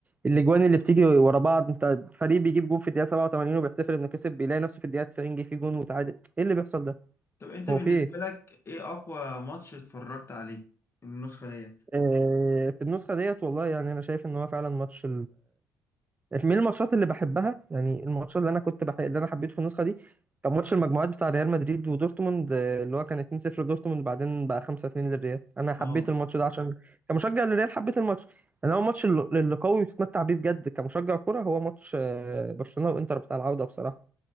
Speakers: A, on the right (about 20°); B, on the left (about 35°).
A: الاجوان اللي بتيجي ورا بعض انت فريق بيجيب جون في الدقيقة 87 وبيحتفل انه كسب بيلاقي نفسه في الدقيقة 90 جه فيه جون وتعادل ايه اللي بيحصل ده
B: طب انت بالنسبه
A: هو في ايه
B: لك ايه اقوى ماتش اتفرجت عليه من النسخه ديت
A: آه، في النسخة ديت والله يعني انا شايف ان هو فعلا ماتش من الماتشات اللي بحبها يعني الماتشات اللي انا كنت بح... اللي انا حبيته في النسخه دي كان ماتش المجموعات بتاع ريال مدريد ودورتموند آه، اللي هو كان 2-0 لدورتموند بعدين بقى 5-2 للريال انا حبيت
B: اه
A: الماتش ده عشان كمشجع للريال حبيت الماتش انا هو الماتش اللي اللي قوي بتتمتع بيه بجد كمشجع كرة هو ماتش آه، برشلونه وانتر بتاع العوده بصراحه